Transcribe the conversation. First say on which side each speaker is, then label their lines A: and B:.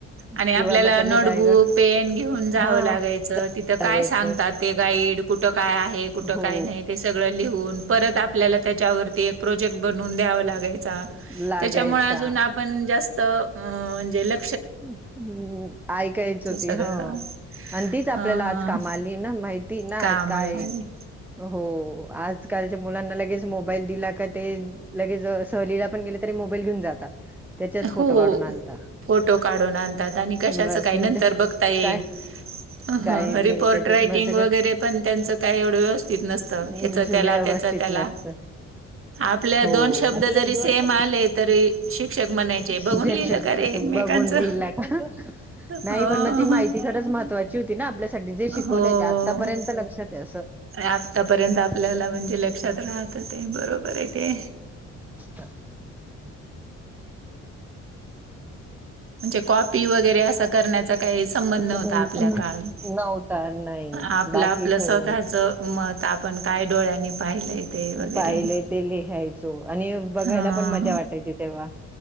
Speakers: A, on the right; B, in the centre.
A: आणि
B: किंवा
A: आपल्याला
B: मग त्यांनी
A: नोट
B: रायगड
A: बुक पेन घेऊन जावं
B: हा
A: लागायचं, तिथं काय
B: लागायचं
A: सांगतात. ते गाईड कुठ काय आहे, कुठ
B: हो
A: काय नाही ते सगळं लिहून परत आपल्याला? त्याच्यावरती एक प्रोजेक्ट बनवून द्यावा लागायचा,
B: लागायचा
A: त्याच्यामुळे अजून आपण जास्त म म्हणजे ल
B: हम्म ऐकायचो ते
A: सगळं
B: हा आणि तीच आपल्याला
A: हा
B: आज कामा आली ना माहिती ती ना
A: कामाला
B: आज काय
A: आले
B: हो, आज आज कालच्या मुलांना लगेच मोबाईल दिल, का ते लगेच सहलीला पण गेले <unintelligible> मोबाईल घेऊन जातात, त्याच्यात फोटो
A: हो
B: काढून आणता.
A: फोटो काढून आणतात, आणि कशाच
B: बस
A: काय
B: मग
A: नंतर
B: ते
A: बघता येईल.
B: काय
A: अह
B: काय नाही
A: रिपोर्ट
B: त्याच्यात
A: रायटिंग
B: मग ते
A: वगैरे पण त्यांचं काही एवढं व्यवस्थित नसतं,
B: कसं
A: ह्याच त्याला
B: व्यवस्थित
A: त्याच त्याला
B: <unintelligible>
A: आपले
B: हो.
A: दोन शब्द
B: आपल्या
A: जरी
B: दोन
A: सेम
B: शब्द
A: आले,
B: जरी
A: तरी शिक्षक
B: <unintelligible>
A: म्हणायचे बघून लिहिलं का रे एकमेकांचं.
B: बघून लिहला का नाही
A: हो
B: पण, मग ती माहिती खरंच महत्वाची <unintelligible> होती ना, आपल्यासाठी जे शिकवलंय
A: हो.
B: ते आतापर्यंत लक्षात आहे असं
A: आतापर्यंत आपल्याला
B: आतापर्यंत
A: म्हणजे
B: आपल्या
A: लक्षात
B: मेमरीत
A: राहत ते बरोबर आहे ते.
B: आहे.
A: म्हणजे, कॉपी वगैरे असं करण्याचा काही संबंध नव्हता,
B: नव्हता
A: आपल्या काळी
B: नाही
A: आपलं
B: बाकी
A: आपलं
B: सगळं
A: स्वतःच म त आपण काय डोळ्यांनी पाहिलंय. ते वगैरे.
B: पाहिलंय ते लिहायचो आणि बघायला
A: हा
B: पण मजा वाटायची तेव्हा,